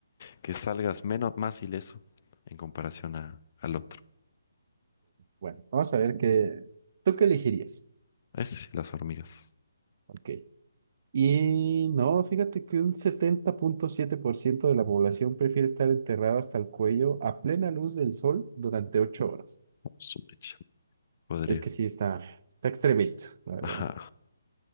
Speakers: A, on the left (about 45°); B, on the right (about 45°).
A: que salgas menos, más ileso en comparación a, al otro.
B: Bueno, vamos a ver qué. ¿Tú qué elegirías?
A: Es las hormigas.
B: Ok. Y no, fíjate que un setenta punto siete por ciento de la población prefiere estar enterrado hasta el cuello a plena luz del sol durante ocho horas.
A: Su mecha. Podría.
B: Es que sí, está, está extremito, la verdad.
A: Ajá.